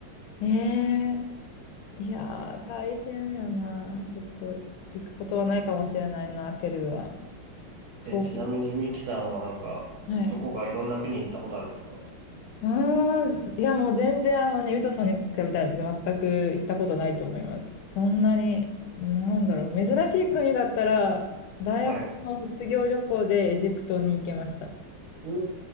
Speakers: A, on the left (about 80°); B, on the right (about 60°).
A: ええいやー、大変やな。ちょっと行くことはないかもしれないな、ペルーは。遠い。
B: え、ちなみにミキさんはなんか、
A: はい。
B: どこかいろんな国に行ったことあるんですか
A: うーん、すいや、もう全然、あのね、ユトソンに比べたら全く行ったことないと思います。そんなに、なんだろう、珍しい国だったら、大学の卒業旅行でエジプトに行けました。
B: はい。お